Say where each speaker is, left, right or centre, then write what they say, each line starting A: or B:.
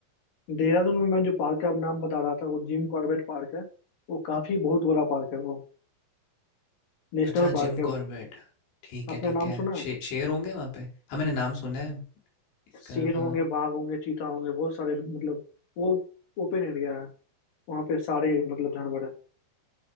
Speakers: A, on the left; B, on the left.
A: देहरादून में मैं जो पार्क का नाम बता रहा था वो जिम कॉर्बेट पार्क है वो काफी बहुत बड़ा पार्क है वो नेशनल
B: अच्छा
A: पार्क
B: जिम
A: है
B: कॉर्बेट
A: वो
B: ठीक
A: आपने
B: है ठीक
A: नाम
B: है
A: सुना
B: शे, शेर होंगे वहाँ पे हाँ मैंने नाम सुना है इसका
A: शेर होंगे
B: हाँ
A: बाघ होंगे चीता होंगे बहुत सारे मतलब वो ओपन एरिया है वहाँ पे सारे मतलब जानवर है